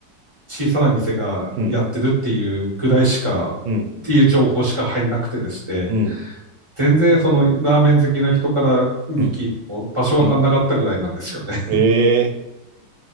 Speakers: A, on the right; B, on the right.
A: 小さな店がやってるっていうぐらいしか、
B: うん、うん、
A: っていう情報しか入んなくてでして、
B: うん、
A: 全然そのラーメン好きの人からに聞いても場所わかんなかったぐらいなんですよね。
B: うん、うん。ええ